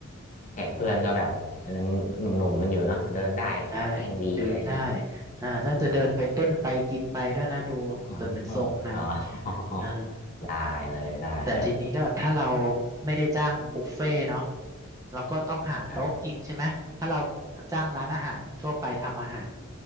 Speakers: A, on the left; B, on the right.
A: แขกเพื่อนก็แบบยังหนุ่มๆกันอยู่เนาะเดินได้ขาแข็งดีอะไรอย่างนี้
B: ได้เดินได้อ่าน่าจะเดินไปเต้นไปกินไปด้วยนะดูจะเป็นทรงนั้น
A: อ๋ออ๋ออ๋อ <laughs>
B: อ่า
A: ได้เลยได้เลย
B: แต่ทีนี้แบบถ้าเราไม่ได้จ้างบุฟเฟ่ต์เนาะเราก็ต้องหาโต๊ะอีกใช่ไหมถ้าเรา
A: ครับ
B: จ้างร้านอาหารทั่วไปทำอาหาร